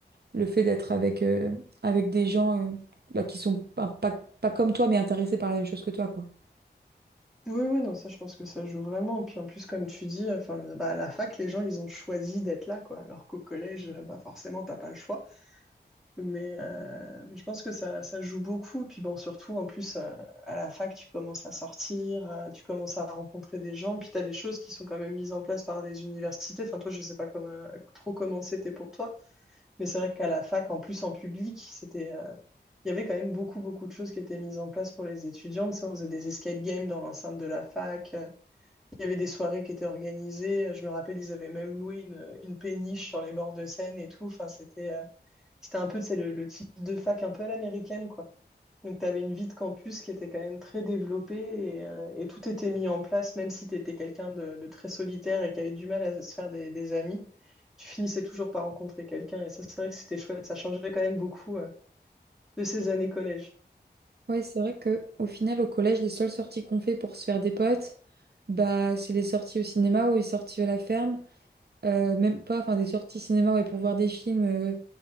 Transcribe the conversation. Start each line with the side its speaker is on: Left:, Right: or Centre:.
Right: le fait d'être avec, euh, avec des gens euh, bah, qui sont pas, pas, pas comme toi, mais intéressés par la même chose que toi, quoi.
Centre: oui, oui, non, ça, je pense que ça joue vraiment. Puis en plus, comme tu dis, enfin, bah, à la fac, les gens, ils ont choisi d'être là, quoi. Alors qu'au collège, bah, forcément, t'as pas le choix. Mais, euh, mais je pense que ça, ça joue beaucoup. Puis bon, surtout, en plus, euh, à la fac, tu commences à sortir, euh, tu commences à rencontrer des gens. Puis tu as des choses qui sont quand même mises en place par des universités. Enfin, toi, je sais pas comme, euh, trop comment c'était pour toi. Mais c'est vrai qu'à la fac, en plus, en public, c'était, euh, il y avait quand même beaucoup, beaucoup de choses qui étaient mises en place pour les étudiants. Tu sais, on faisait des escape games dans l'enceinte de la fac. Euh, Il y avait des soirées qui étaient organisées. Je me rappelle, ils avaient même loué une, une péniche sur les bords de Seine et tout. Enfin, c'était... euh, c'était un peu, c'est le, le type de fac un peu à l'américaine, quoi. Donc, tu avais une vie de campus qui était quand même très développée et, euh, et tout était mis en place, même si tu étais quelqu'un de, de très solitaire et qui avait du mal à se faire des, des amis. Tu finissais toujours par rencontrer quelqu'un et ça, c'est vrai que c'était chouette. Ça changeait quand même beaucoup euh, de ces années collège.
Right: Ouais, c'est vrai que au final, au collège, les seules sorties qu'on fait pour se faire des potes, bah, c'est les sorties au cinéma ou les sorties à la ferme. Euh, même pas, enfin, des sorties cinéma ouais, pour voir des films euh,